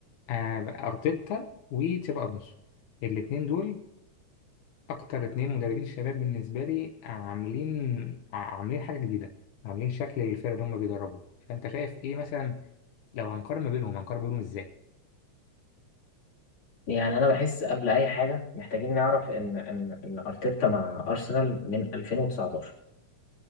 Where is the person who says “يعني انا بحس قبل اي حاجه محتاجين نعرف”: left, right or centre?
Left